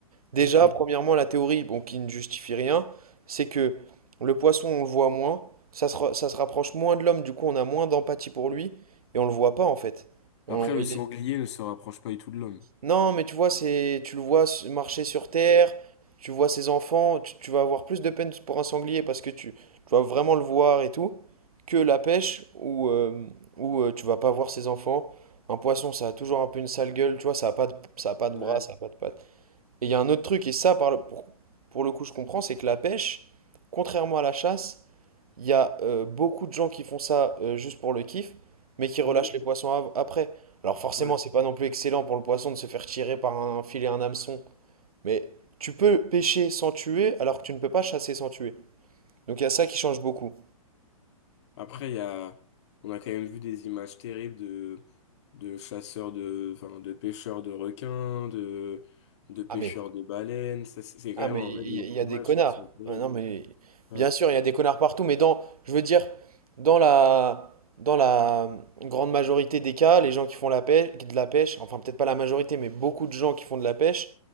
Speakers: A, on the right (about 85°); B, on the left (about 50°).
A: Déjà,
B: Ok.
A: premièrement, la théorie, bon, qui ne justifie rien, c'est que le poisson, on le voit moins, ça se, ra- ça se rapproche moins de l'homme, du coup, on a moins d'empathie pour lui et on le voit pas en fait. On,
B: Après, le
A: il
B: sanglier ne se rapproche pas du tout de l'homme.
A: non, mais tu vois, c'est, tu le vois s- marcher sur terre, tu vois ses enfants, tu, tu vas avoir plus de peine pour un sanglier parce que tu, tu vas vraiment le voir et tout, que la pêche où, euh, où euh, tu vas pas voir ses enfants. Un poisson, ça a toujours un peu une sale gueule, tu vois, ça a pas de, ça a pas de
B: Ouais.
A: bras, ça a pas de pattes. Et il y a un autre truc, et ça, par le- pour, pour le coup, je comprends, c'est que la pêche, contrairement à la chasse, il y a euh, beaucoup de gens qui font ça euh, juste pour le kiff, mais qui relâchent
B: Mhm.
A: les poissons av- après. Alors forcément,
B: Ouais.
A: c'est pas non plus excellent pour le poisson de se faire tirer par un filet, un hameçon. Mais tu peux pêcher sans tuer, alors que tu ne peux pas chasser sans tuer. Donc il y a ça qui change beaucoup.
B: Après, il y a, on a quand même vu des images terribles de, de chasseurs de, enfin, de pêcheurs de requins, de, de pêcheurs
A: Ah mais
B: de baleines. Ça, c'est c'est
A: Ah,
B: quand même
A: mais
B: en
A: il
B: vrai des
A: y, il y
B: images
A: a des connards.
B: qui sont terribles.
A: Ah, non, mais
B: Ouais,
A: bien sûr, il y a des connards partout, mais dans, je veux dire, dans la, dans la grande majorité des cas, les gens qui font la pêche, de la pêche, enfin peut-être pas la majorité, mais beaucoup de gens qui font de la pêche